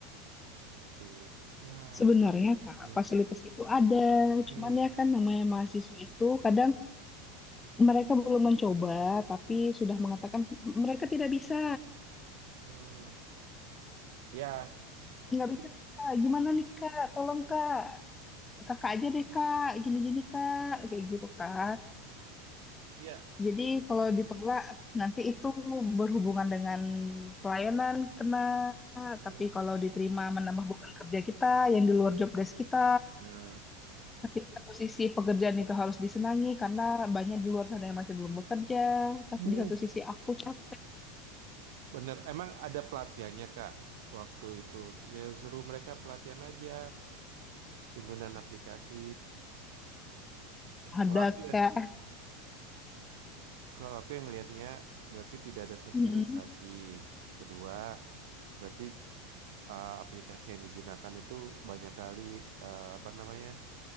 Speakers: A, on the right (about 60°); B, on the left (about 15°).
A: itu ya
B: Sebenarnya Kak,
A: hmm,
B: fasilitas itu ada,
A: hmm,
B: cuman ya kan namanya mahasiswa itu kadang mereka belum mencoba, tapi
A: hmm,
B: sudah mengatakan mereka tidak bisa,
A: hmm. ya
B: nggak bisa
A: i-
B: Kak, gimana nih Kak, tolong Kak, kakak aja deh Kak, gini-gini Kak, kayak gitu Kak.
A: iya
B: Jadi kalau ditolak
A: hmm,
B: nanti itu berhubungan dengan pelayanan kena,
A: hmm,
B: tapi kalau diterima menambah beban kerja kita yang di luar job desk kita
A: ya.
B: Tapi di satu sisi pekerjaan itu harus disenangi karena banyak di luar sana yang masih belum bekerja. Tapi
A: Uh,
B: di satu sisi aku cap
A: bener emang ada pelatihannya Kak waktu itu ya suruh mereka pelatihan aja penggunaan aplikasi.
B: ada
A: Kalau aku ya
B: kak.
A: Kalau aku yang ngelihatnya berarti tidak ada sosialisasi.
B: Mm-mm.
A: Kedua, berarti eh, aplikasi yang digunakan itu banyak kali eh, apa namanya